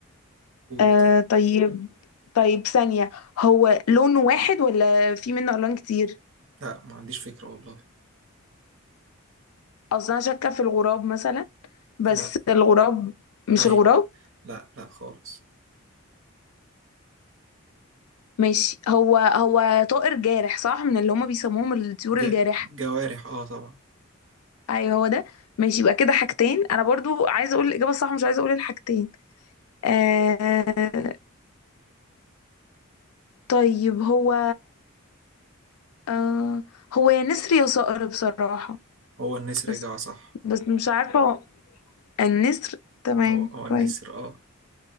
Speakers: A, on the right (about 60°); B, on the left (about 85°).
A: قولي
B: آه
A: طيب
B: طيب طيب ثانية هو لون واحد ولا في منه ألوان كتير
A: لا ما عنديش فكرة والله
B: اصل انا شاكه في الغراب مثلا بس
A: لا
B: الغراب مش
A: طيب
B: الغراب
A: لا لا خالص
B: ماشي هو هو طائر جارح صح من اللي هما بيسموهم الطيور
A: ج...
B: الجارحه
A: جوارح اه طبعا
B: اي هو ده ماشي يبقى كده حاجتين انا برضو عايزه اقول الاجابه الصح مش عايزه اقول الحاجتين آه طيب هو آه هو يا نسر يا صقر بصراحه
A: هو النسر
B: بس
A: اجابة صح
B: بس مش عارفه هو النسر تمام
A: هو هو
B: كويس
A: النسر اه